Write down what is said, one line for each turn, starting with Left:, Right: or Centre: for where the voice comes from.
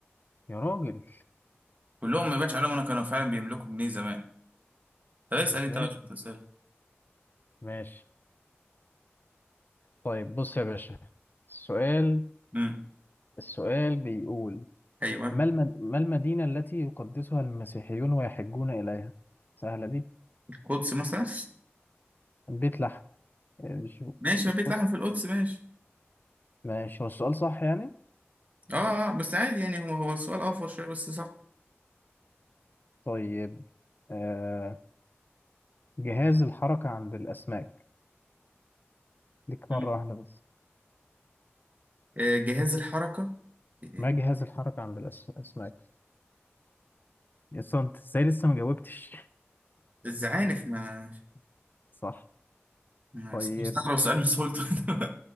Left: يا راجل
Right: كلهم ما يبانش عليهم انا كانوا فعلا بيملكوا جنيه زمان طب اسال
Left: ازاي
Right: انت بقى شويه اسئله
Left: ماشي طيب بص يا باشا السؤال
Right: امم
Left: السؤال بيقول
Right: ايوه
Left: ما المد... ما المدينة التي يقدسها المسيحيون ويحجون إليها؟ سهلة دي
Right: القدس مثلا
Left: بيت لحم آه، مش
Right: <laughs>
Left: في
Right: ماشي ما
Left: القدس
Right: بيت لحم في القدس ماشي
Left: ماشي هو السؤال صح يعني
Right: اه آه، بس عادي يعني هو هو السؤال اوفر شويه بس صح
Left: طيب آه... جهاز الحركة عند الأسماك ليك
Right: مم.
Left: مرة واحدة بس
Right: آه، جهاز الحركه آه،
Left: ما جهاز الحركة عند الأس- الأسماك لسه أنت إزاي لسه ما جاوبتش
Right: الزعانف ما
Left: <laughs> صح
Right: ما
Left: طيب
Right: مستغرب سؤال من سهولته <laughs>